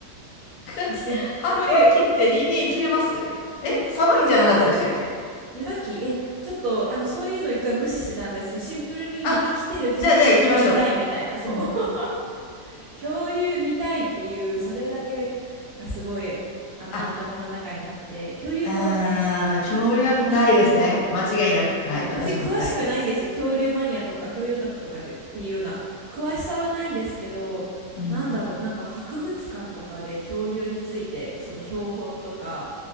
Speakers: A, on the left (about 80°); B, on the right (about 70°).
A: 白亜紀、
B: すっごい、
A: 白亜紀って人間生きれますえ、
B: じえ、
A: 寒いんじゃなかったでしたっけ
B: え、わかんない。ジュラ紀え、ちょっと、あの、そういうの一回無視してたんですけど、シンプルにもう生きてる恐竜を見たいみたいな、
A: あ、じゃあ、じゃあ行きましょう。
B: そう。
A: うん。
B: <laughs> 恐竜見たいっていう、それだけがすごい、あの、
A: あ
B: 頭の中にあって、恐竜が、
A: あー、恐竜は見たいですね。
B: そう
A: 間違いなく。はい。
B: そう別に詳しくないんですよ恐竜マニアとか恐竜オタクとかでっていうような詳しさはないんですけどなんだろうなんか博物館とかで恐竜についてその標本とか
A: 私も見たいです。うん。